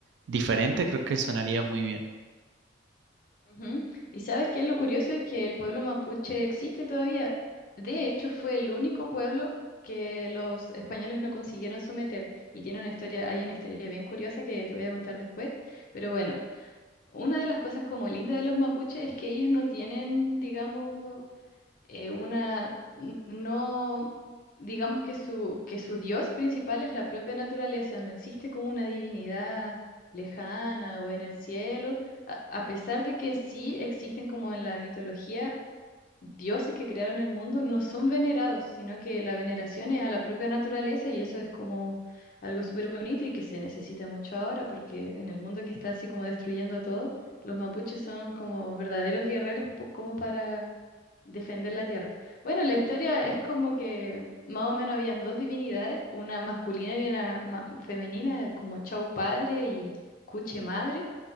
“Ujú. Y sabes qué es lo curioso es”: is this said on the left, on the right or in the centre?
Left